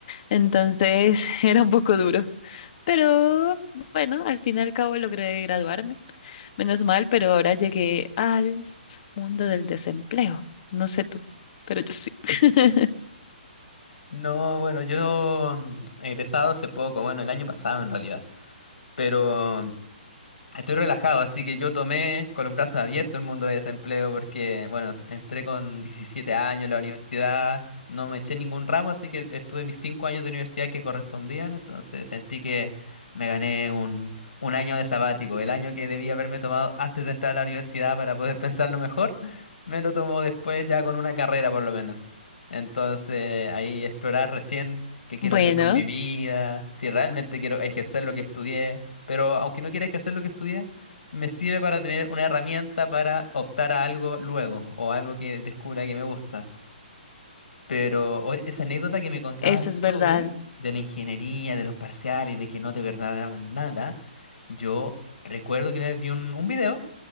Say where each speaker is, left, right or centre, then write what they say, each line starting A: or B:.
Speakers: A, on the left; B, on the left.
A: Entonces, <laughs> era un poco duro. Pero bueno, al fin y al cabo logré graduarme. Menos mal, pero ahora llegué al mundo del desempleo. No sé tú, pero yo sí. <laughs>
B: No, bueno, yo mm, he egresado hace poco, bueno, el año pasado en realidad, pero Estoy relajado, así que yo tomé con los brazos abiertos el mundo de desempleo porque, bueno, s- entré con 17 años a la universidad, no me eché ningún ramo, así que estuve mis 5 años de universidad que correspondían, entonces sentí que me gané un, un año de sabático, el año que debía haberme tomado antes de entrar a la universidad para poder <laughs> pensarlo mejor, me lo tomó después ya con una carrera por lo menos. Entonces ahí explorar recién qué quiero
A: Bueno,
B: hacer con mi vida, si realmente quiero ejercer lo que estudié pero aunque no quiera ejercer lo que estudié, me sirve para tener una herramienta para optar a algo luego o algo que descubra que me gusta. Pero o- esa anécdota que me contabas
A: eso es verdad.
B: tú de la ingeniería, de los parciales, de que no te perdonaban nada, yo recuerdo que una vez vi un, un video